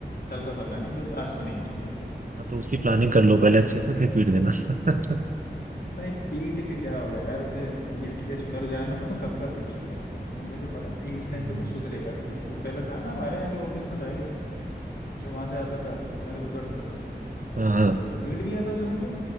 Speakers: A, on the left; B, on the right.
A: कल का पता नहीं फिर आज तो नहीं की है
B: हाँ तो उसकी प्लानिंग कर लो पहले अच्छे से फिर पीट देना <laughs>
A: नहीं पीट के क्या होगा यार उसे पीट के सुधर जाए ना तो मैं कब का पीट चुका होता वो मुझे पता है, पीटने
B: हम्म।
A: से वो सुधरेगा नहीं वो पहले था ना हमारे यहाँ जो ऑफिस में था एक जो वहां से आता था नजबगढ़ से
B: हाँ
A: वो पीट दिया था उसने तो